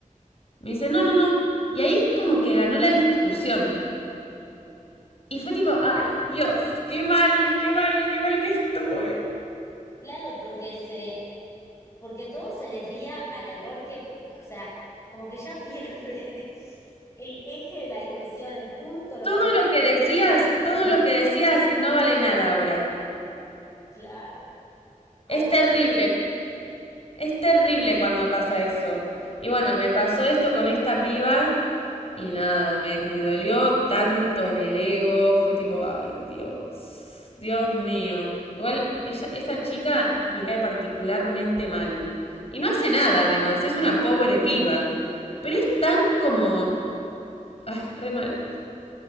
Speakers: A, on the left; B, on the left.
A: Me dice, no, no, no. Y ahí como que ganó la discusión. Y fue tipo, ay, Dios, qué mal, qué mal, qué mal que estuve.
B: Claro, porque se, porque todo se desvía al error que, o sea, como que ya pierde <laughs> el eje de la discusión, el punto lo
A: Todo
B: perdés,
A: lo que decías,
B: <laughs> no te
A: todo
B: equivocás.
A: lo que decías no vale nada ahora.
B: Claro. Ay,
A: Es terrible,
B: sí.
A: es terrible cuando pasa eso. Y bueno, me pasó esto con esta piba y nada, me, me dolió tanto en el ego, fue tipo, ay, Dios, Dios mío. Igual ella, esa chica me cae particularmente mal. Y no hace nada, además, es una pobre piba. Pero es tan como Ay, re mala.